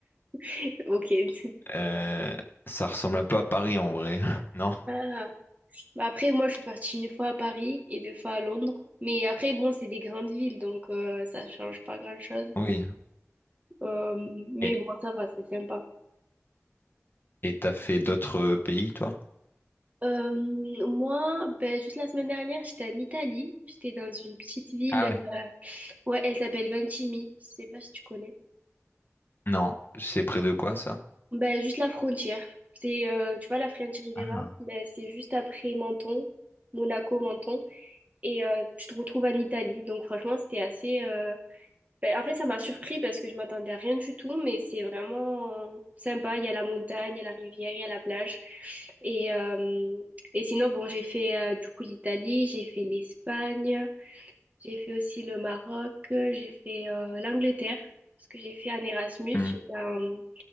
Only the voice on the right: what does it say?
<laughs> Ok. c'est-
Ah. Bah Après, moi, je suis partie une fois à Paris et deux fois à Londres. Mais après, bon, c'est des grandes villes, donc euh, ça change pas grand-chose.
Euh, mais
bon, ça va, c'est sympa.
Euh, moi, ben, juste la semaine dernière, j'étais en Italie. J'étais dans une petite ville.
euh, ouais, elle s'appelle Ventimille. Je sais pas si tu connais.
Ben, juste la frontière. C'est, euh, tu vois, la French Riviera,
ben, c'est juste après Menton, Monaco, Menton, et euh, tu te retrouves en Italie. Donc franchement, c'était assez... euh, ben, en fait, ça m'a surpris parce que je m'attendais à rien du tout, mais c'est vraiment sympa. Il y a la montagne, il y a la rivière, il y a la plage. Et, euh, et sinon, bon, j'ai fait euh, du coup l'Italie, j'ai fait l'Espagne, j'ai fait aussi le Maroc, j'ai fait euh, l'Angleterre, parce que j'ai fait un Erasmus,
j'ai fait un-